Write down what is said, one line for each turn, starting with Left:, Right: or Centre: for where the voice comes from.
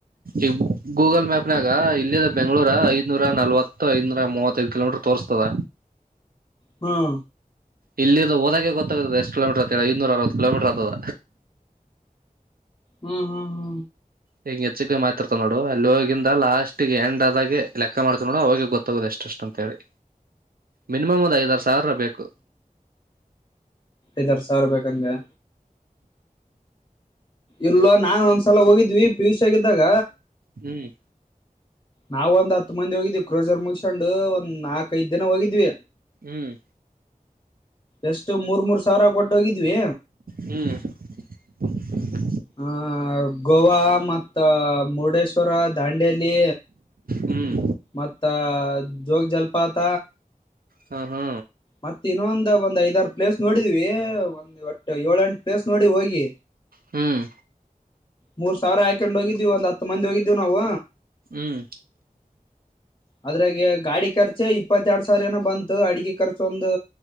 Right: ಈಗ ಗೂಗಲ್ ಮ್ಯಾಪ್ನಾಗ ಇಲ್ಲದ ಬೆಂಗಳೂರ ಐ್ನೂರ ನಲ್ವ ಐದನೂರ ಮೂವತ್ತೈಐದು ಕಿಲೋಮೀಟರ್ ತೋರಿಸ್ತದ
Left: ಹ್ಮ
Right: ಇಲ್ಲಿ ಹೋದಾಗೆ ಗೊತ್ತದ ಎಷ್ಟ ಕಿಲಮೀಟರ್ತದೆ ಐನೂರ ಅವ ಕಿಲೋಮಟರ್ಗ್ತದ
Left: ಹ್ಮ ಹಾ ಹ್ಮ
Right: ಹಿಂಗ ಹೆಚ್ಚಕ ಮಾತತಿರ್ತ ನೋಡು ಅಲ್ಲಿ ಹೋಗಿಂದ ಲಾಸ್ಟ್ ಗೆ ಎಂಡ್ ಆದಾಗೆ ಲೆಕ್ಕ ಮಾಡ್ತವ ನೋಡು ಅವಾಗೆ ಗೊತ್ತಾಗೋುದು ಎಷ್ಟ ಎಷ್ಟು ಅಂತ ಹೇಳಿ ಮಿನಿಮಮ್ ಒಂದು ಐದಾರು ಸಾವಿರ ಬೇಕು
Left: ಇದರ್ ಸರ್ ಬೇಕಂಗಗೆ ಇಲ್ಲ ನಾನ್ ಒಂದ್ಸಲ ಹೋಗಿದ್ವಿ ಪಿಯುಷ್ ಆಗಿದ್ದಾಗ
Right: ಹ್ಮ್
Left: ನಾವವು ಒಂದ್ ಹತ್ ಮಂದಿ ಹೋಗಿದ್ವಿ ಕ್ರೋಜರ್ ಮುಗಸಕೊಂಡು ಒಂದ್ ನಾಲ್ಕ ಐ ದಿನ ಹೋಗಿದ್ವಿ
Right: ಹ್ಮ್
Left: ಎಷ್ಟು ಮೂರ್ ಮೂರ್ ಸಾವಿರ ಕೊಟ್ಟೋಗಿದ್ವಿ
Right: ಹ್ಮ್ <inaudible>
Left: ಆಹ ಗೋವಾ ಮತ್ತ ಮುರುಡೇಶ್ವರ ದಾಂಡೇಲಿ
Right: ಹ್ಮ್
Left: ಮತ್ತ ಜೋಗ ಜಲಪಾತ
Right: ಹಾ ಹಾ
Left: ಮತ್ತ ಇನ್ನೊಂದ ಒಂದ್ ಐದಾರು ಪ್ಲೇಸ್ ನೋಡಿದೀವಿ ಒಂದ್ ಒಟ್ಟ ಏಳ ಎಂಟು ಪ್ಲೇಸ್ ನೋಡಿ ಹೋಗಿ
Right: ಹ್ಮ್
Left: ಮೂರ್ ಸಾವಿರ ಹಾಕೊಂಡ್ ಹೋಗಿದೀವಿ ಒಂದ್ ಹತ್ತು ಮಂದಿ ಹೋಗಿದೀವಿ ನಾವು
Right: ಹ್ಮ್
Left: ಅದ್ರಾಗ ಗಾಡಿ ಖರ್ಚೆ ಇಪ್ಪತ್ತೆರಡು ಸಾವಿರ ಏನೋ ಬಂತು ಅಡಗೆ ಖರ್ಚು ಒಂದು